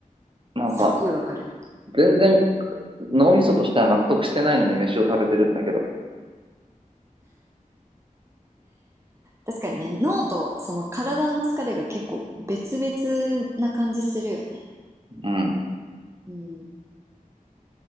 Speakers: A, on the right (about 35°); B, on the right (about 20°).
A: なんか、
B: すっごいわかる。
A: 全然脳みそとしては納得してないのに飯を食べてるんだけど。
B: 確かにね、脳とその体の疲れが結構別々な感じするよね。
A: うん。
B: うん。